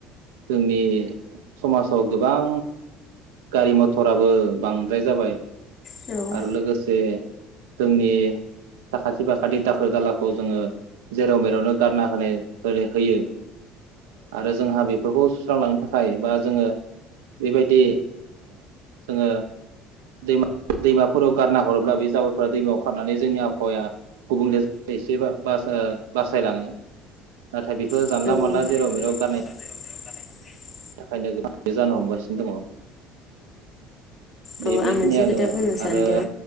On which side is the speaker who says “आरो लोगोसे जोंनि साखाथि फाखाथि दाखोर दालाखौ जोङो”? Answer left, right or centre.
Right